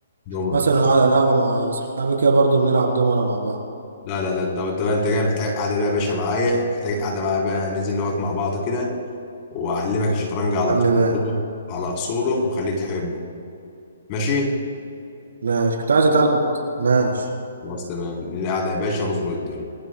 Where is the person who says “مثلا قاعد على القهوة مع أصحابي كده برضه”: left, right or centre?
Right